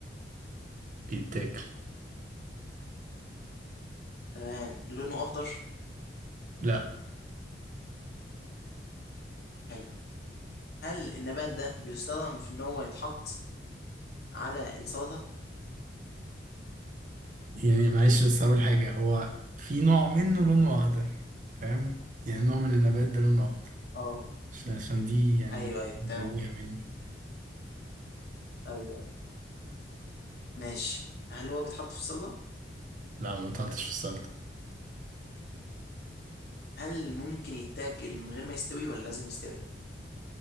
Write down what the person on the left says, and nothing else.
تمام لونه أخضر؟
حلو هل النبات ده بيستخدم في إن هو يتحط على السلطة؟
اه
أيوه أيوه
تمام
أيوه أيوه ماشي هل هو بيتحط في السلطة؟
هل ممكن يتاكل من غير ما يستوي ولا لازم يستوي